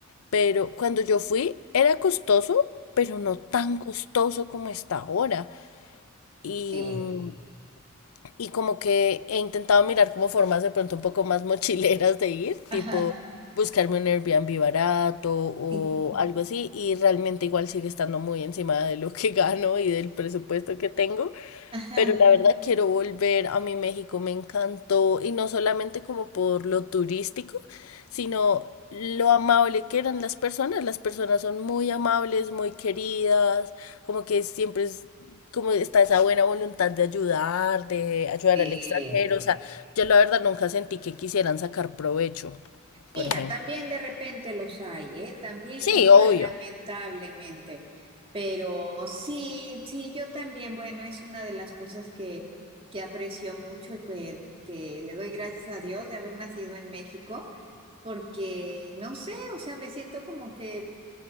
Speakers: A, on the left; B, on the right.
A: Pero cuando yo fui era costoso, pero no tan costoso como está ahora. Y,
B: Sí.
A: mm, y como que he intentado mirar como formas de pronto un poco más mochileras de ir, tipo
B: Ajá.
A: buscarme un Airbnb barato o
B: Sí.
A: algo así. Y realmente igual sigue estando muy encima de lo que gano y del presupuesto que tengo.
B: Ajá.
A: Pero la verdad quiero volver a mi México, me encantó, y no solamente como por lo turístico, sino lo amable que eran las personas. Las personas son muy amables, muy queridas, como que siempre es, como está esa buena voluntad de ayudar, de ayudar
B: Sí.
A: al extranjero. O sea, yo la verdad nunca sentí que quisieran sacar provecho, por
B: Mira,
A: ejemplo.
B: también de repente los hay, ¿eh? También
A: Sí,
B: los
A: obvio.
B: hay, lamentablemente. Pero sí, sí, yo también, bueno, es una de las cosas que, que aprecio mucho y que, que le doy gracias a Dios de haber nacido en México, porque no sé, o sea, me siento como que